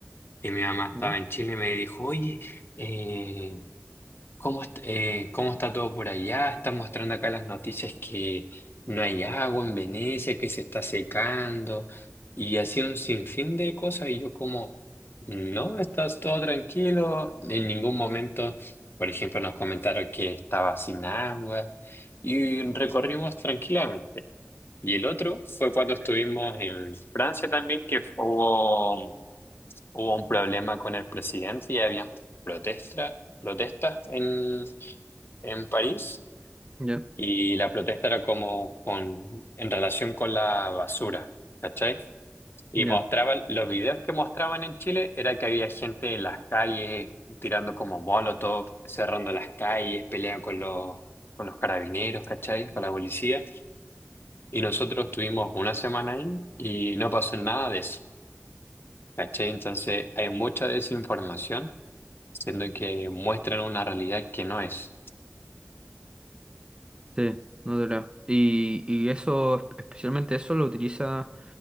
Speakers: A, on the left; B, on the right.
A: y mi mamá estaba
B: Ya,
A: en Chile y me dijo, oye, eh, ¿Cómo, est- eh, cómo está todo por allá? Están mostrando acá las noticias que no hay agua en Venecia, que se está secando y así un sinfín de cosas. Y yo como, no, estás todo tranquilo, en ningún momento, por ejemplo, nos comentaron que estaba sin agua y recorrimos tranquilamente. Y el otro fue cuando estuvimos en Francia también, que hubo Hubo un problema con el presidente y habían protesta, protestas en, en París
B: ya,
A: y la protesta era como con, en relación con la basura, ¿cachai? Y
B: ya.
A: mostraba, los videos que mostraban en Chile era que había gente en las calles tirando como molotov, cerrando las calles, peleando con los, con los carabineros, ¿cachai? Con la policía. Y nosotros estuvimos una semana ahí y no pasó nada de eso, ¿cachai? Entonces hay mucha desinformación. siendo que muestran una realidad que no es.
B: Sí, no te creo. Y, y eso, especialmente eso lo utiliza